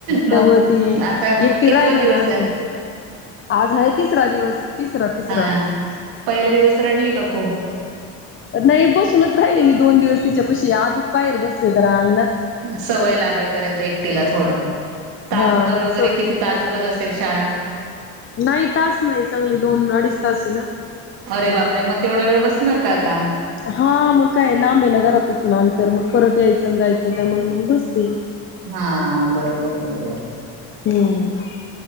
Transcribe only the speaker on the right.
मग
आता
कितवा
दिवस
आहे?
हा पहिला दिवस रडली का खूप?
सवय लागेपर्यंत एकटीला थोडं तासभर
वगैरे
किती तासभर असेल शाळा.
अरे बापरे मग <unintelligible>
हा बरोबर बरोबर.